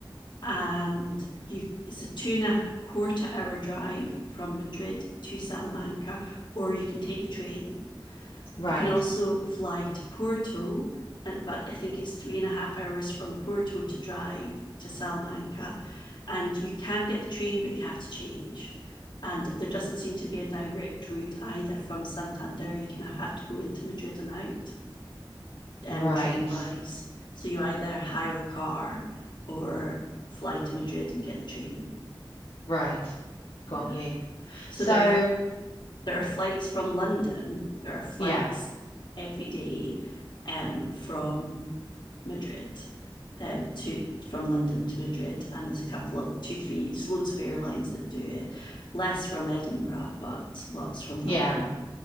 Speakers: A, on the left; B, on the left.
A: and you it's a two and a quarter hour drive from Madrid to Salamanca, or you can take the train.
B: Right.
A: You can also fly to Porto, uh, but I think it's three and a half hours from Porto to drive to Salamanca. And you can get the train, but you have to change. And there doesn't seem to be a direct route either from Santander. You can have to go into Madrid and out um,
B: Right.
A: train wise. So you either hire a car or fly to Madrid and get the train.
B: Right. Got
A: Yeah.
B: you.
A: So
B: So,
A: there are there are flights from London. There are flights
B: yeah.
A: every day um, from Madrid um, to from London to Madrid, and there's a couple of two, three, there's loads of airlines that do it. Less from Edinburgh, but lots from London.
B: Yeah.